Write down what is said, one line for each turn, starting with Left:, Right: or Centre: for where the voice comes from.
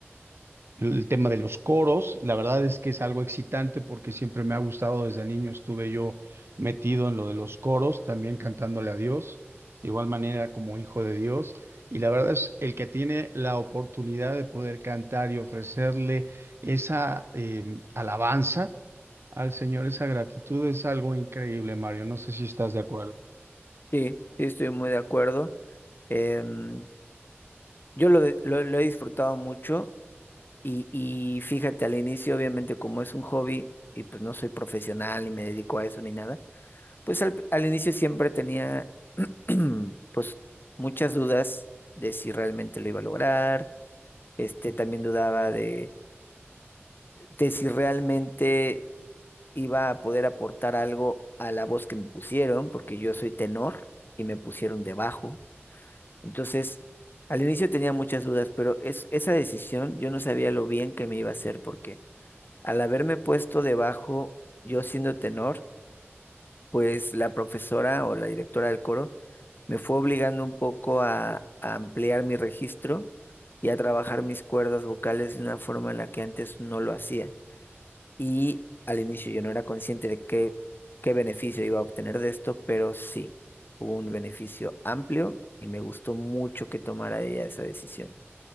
Right: El tema de los coros, la verdad es que es algo excitante porque siempre me ha gustado, desde niño estuve yo metido en lo de los coros, también cantándole a Dios, de igual manera como hijo de Dios. Y la verdad es el que tiene la oportunidad de poder cantar y ofrecerle esa eh, alabanza al Señor, esa gratitud, es algo increíble, Mario. No sé si estás de acuerdo.
Left: Sí, sí, estoy muy de acuerdo. Em, yo lo, de- lo lo he disfrutado mucho. Y, y fíjate, al inicio, obviamente, como es un hobby y pues no soy profesional ni me dedico a eso ni nada, pues al, al inicio siempre tenía <clears throat> pues muchas dudas de si realmente lo iba a lograr, este, también dudaba de, de si realmente iba a poder aportar algo a la voz que me pusieron, porque yo soy tenor y me pusieron de bajo. Entonces, al inicio tenía muchas dudas, pero es, esa decisión yo no sabía lo bien que me iba a hacer porque... Al haberme puesto debajo, yo siendo tenor, pues la profesora o la directora del coro me fue obligando un poco a, a ampliar mi registro y a trabajar mis cuerdas vocales de una forma en la que antes no lo hacía. Y al inicio yo no era consciente de qué, qué beneficio iba a obtener de esto, pero sí, hubo un beneficio amplio y me gustó mucho que tomara ella esa decisión.